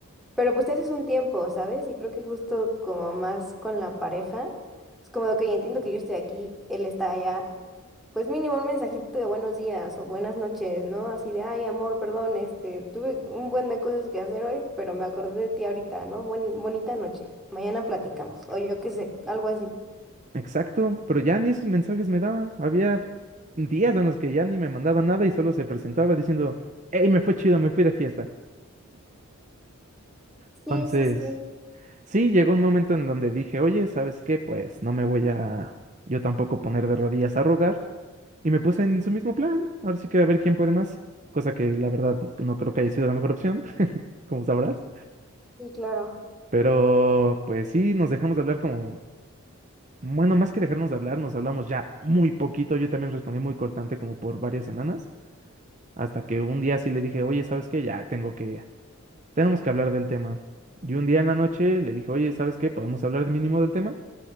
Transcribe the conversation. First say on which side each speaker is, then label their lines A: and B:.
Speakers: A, in the centre; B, on the right.
A: Pero pues te haces un tiempo, ¿sabes? Y creo que justo como más con la pareja, es como de, ok, entiendo que yo estoy aquí, él está allá pues mínimo un mensajito de buenos días o buenas noches, ¿no? Así de, ay, amor, perdón, este, tuve un buen de cosas que hacer hoy, pero me acordé de ti ahorita, ¿no? Buen, bonita noche. Mañana platicamos, o yo qué sé, algo así.
B: Exacto, pero ya ni esos mensajes me daba. Había días en los que ya ni me mandaba nada y solo se presentaba diciendo, hey, me fue chido, me fui de fiesta.
A: Sí,
B: Entonces,
A: sí, sí,
B: sí, llegó un momento en donde dije, oye, ¿sabes qué? Pues no me voy a yo tampoco poner de rodillas a rogar. Y me puse en su mismo plan. Ahora sí que a ver quién puede más. Cosa que la verdad no creo que haya sido la mejor opción, <laughs> como sabrás.
A: sí, claro.
B: Pero pues sí, nos dejamos de hablar como... Bueno, más que dejarnos de hablar, nos hablamos ya muy poquito. Yo también respondí muy cortante como por varias semanas. Hasta que un día sí le dije, oye, ¿sabes qué? Ya tengo que, tenemos que hablar del tema. Y un día en la noche le dije, oye, ¿sabes qué? ¿Podemos hablar de mínimo del tema?